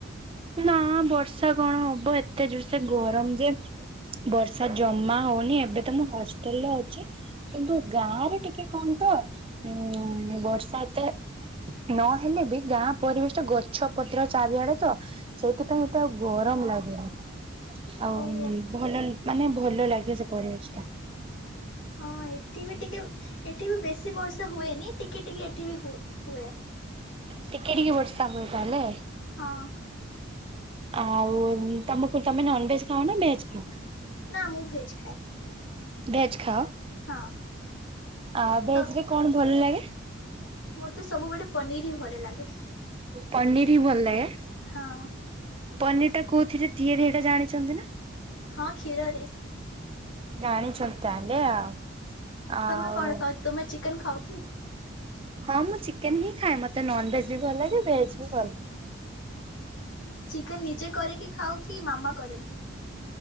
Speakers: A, on the right; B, on the left.
A: ନା ବର୍ଷା କଣ ହବ ଏତେ ଜୋର ସେ ଗରମ ଯେ ବର୍ଷା ଜମା ହଉନି ଏବେ ତମ ହଷ୍ଟେଲ ରେ ଅଛି କିନ୍ତୁ ଗାଁ ରେ ଟିକେ କଣ ତ ଉ ବର୍ଷା ତ ନହେଲେ ବି ଗାଁ ପରିବେଶ ଟ ଗଛ ପତ୍ର ଚାରିଆଡେ ତ ସେଇଥିପାଇଁ ଏତେ ଆଉ ଗରମ ଲାଗେନି ଆଉଁ
B: ଓହୋ
A: ଭଲଲ ମାନେ ଭଲ ଲାଗେ ସେ ପରିବେଶ ଟା।
B: ହଁ ଏଠି ବି ଟିକେ ଏଠି ବି ବେଶୀ ବର୍ଷା ହୁଏନି ଟିକେ ଟିକେ ଏଠି ବି ହୁ ହୁଏ।
A: ଟିକେ ଟିକେ ବର୍ଷା ହୁଏ ତାହେଲେ।
B: ହଁ
A: ଆଉ ତମକୁ ତମେ ନନ ଭେଜ ଖାଅ ନା ଭେଜ ଖାଅ।
B: ନା ମୁଁ ଭେଜ ଖାଏ।
A: ଭେଜ ଖାଅ
B: ହଁ।
A: ଆ ଭେଜରେ
B: ତ
A: କଣ ଭଲ ଲାଗେ?
B: ମତେ ସବୁବେଳେ ପନିର ହି ଭଲ ଲାଗେ।
A: ପନିର ହି ଭଲାଗେ।
B: ହଁ।
A: ପନିର ଟା କୋଉଥିରେ ତିଆରି ଏଇଟା ଜାଣିଛନ୍ତି ନା?
B: ହଁ କ୍ଷୀରରେ।
A: ଜାଣିଛନ୍ତି ତାହେଲେ ଆଉ। ଆଉ
B: ତମେ କଣ ଖାଉ ତୁମେ ଚିକେନ ଖାଉ କି?
A: ହଁ ମୁଁ ଚିକେନ ହିଁ ଖାଏ ମତେ ନନ ଭେଜ ବି ଭଲ ଲାଗେ ଭେଜ୍ ବି ଭଲ ଲାଗେ।
B: ଚିକେନ ନିଜେ କରିକି ଖାଉ କି ମାମା କରନ୍ତି?